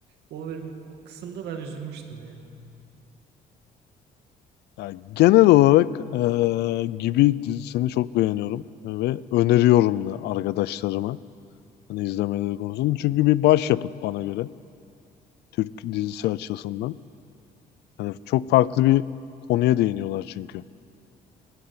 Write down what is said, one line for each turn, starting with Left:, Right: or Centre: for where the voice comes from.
Right: o bölüm o kısımda ben üzülmüştüm yani.
Left: yani genel olarak eee, gibi dizisini çok beğeniyorum ve öneriyorum da arkadaşlarıma hani izlemeleri konusunda. Çünkü bir başyapıt bana göre Türk dizisi açısından. Hani çok farklı bir konuya değiniyorlar çünkü.